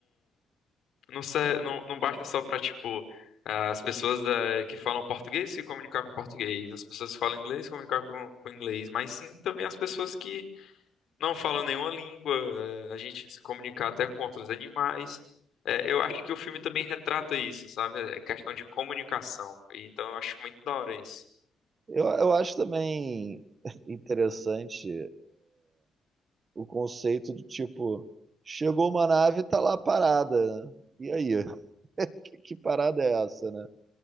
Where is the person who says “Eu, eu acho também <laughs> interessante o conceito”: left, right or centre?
Right